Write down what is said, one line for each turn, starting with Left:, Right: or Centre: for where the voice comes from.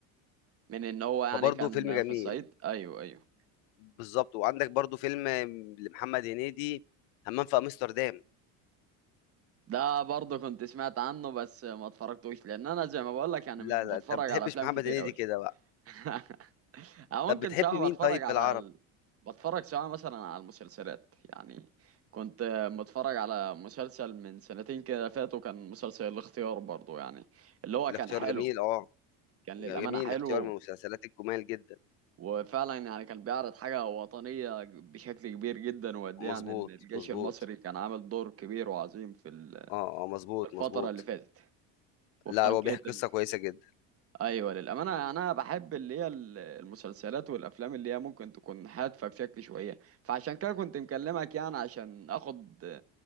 Right: من ان هو يعني
Left: فبرضه
Right: كان
Left: فيلم جميل.
Right: في الصعيد ايوه ايوه
Left: بالضبط، وعندك برضه فيلم لمحمد هنيدي، همام في أمستردام.
Right: ده برضه كنت سمعت عنه بس ما اتفرجتوش لان انا زي ما بقول لك انا
Left: لا،
Right: مش بتفرج
Left: لا، أنت ما بتحبش
Right: على افلام
Left: محمد
Right: كتير
Left: هنيدي
Right: قوي
Left: كده بقى.
Right: <laughs> او
Left: طب
Right: ممكن
Left: بتحب
Right: سواء
Left: مين
Right: بتفرج
Left: طيب
Right: على
Left: في العربي؟
Right: ال... بتفرج سواء مثلا على المسلسلات يعني كنت متفرج على مسلسل من سنتين كده فاتوا كان مسلسل الاختيار برضه يعني اللي هو
Left: الاختيار
Right: كان حلو
Left: جميل آه،
Right: كان للأمانة
Left: جميل
Right: حلو
Left: الاختيار من المسلسلات الجُمال جدًا.
Right: وفعلا يعني كان بيعرض حاجة وطنية بشكل كبير جدا وقد
Left: مضبوط،
Right: إيه يعني إن الجيش
Left: مضبوط.
Right: المصري كان عامل دور كبير وعظيم في ال...
Left: آه، آه، مضبوط،
Right: الفترة
Left: مضبوط.
Right: اللي فاتت وفطن
Left: لأ، هو
Right: كيتل
Left: بيحكي قصة كويسة جدًا.
Right: ايوه للامانه انا بحب اللي هي ال- المسلسلات والافلام اللي هي ممكن تكون هادفه بشكل شويه فعشان كده كنت مكلمك يعني عشان اخد